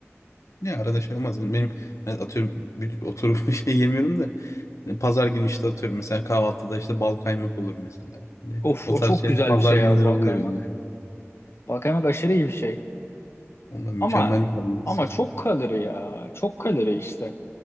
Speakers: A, on the left; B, on the left.
A: Ya arada şey olmaz. Yani benim yani atıyorum bir, oturup <laughs> bir şey yemiyorum da yani pazar günü işte atıyorum mesela kahvaltıda işte bal kaymak olur mesela. Hani
B: Of
A: o
B: o
A: tarz
B: çok
A: şey
B: güzel
A: pazar
B: bir şey
A: günleri
B: ya bal
A: oluyor
B: kaymak.
A: bence.
B: Bal kaymak aşırı iyi bir şey.
A: Ondan mükemmel
B: Ama
A: bir kombinasyon.
B: ama çok
A: <laughs>
B: kalori ya. Çok kalori işte.